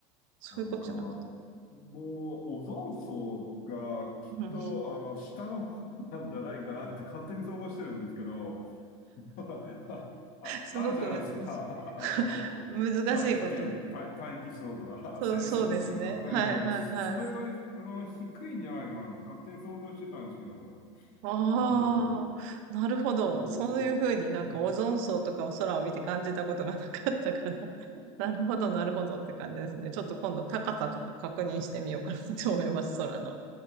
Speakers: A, on the right; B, on the left.
A: そういうことじゃなくて。
B: なんか、もう、オゾン層がきっと、
A: うん、
B: あの、下の方なんじゃないかなって勝手に想像してるんですけど、<laughs> あ、
A: すごく難しい。
B: あるじゃないですか。
A: <laughs>
B: <laughs> あの、
A: 難しいこと。
B: 大気圏、大、大気層とか、
A: そう、
B: <laughs> 成層圏とか、
A: そうですね。
B: うん、
A: はいはいはい。
B: それが、あの、低いんじゃないかなって勝手に想像してたんですけどね。
A: ああ、
B: うん。
A: なるほど。
B: そうそう。
A: そういうふうになんかオゾン層とかを空を見て感じたことがなかったから。
B: うん
A: <laughs> なるほど、なるほどって感じですね。ちょっと今度高さとか確認してみようかなと思います、空の。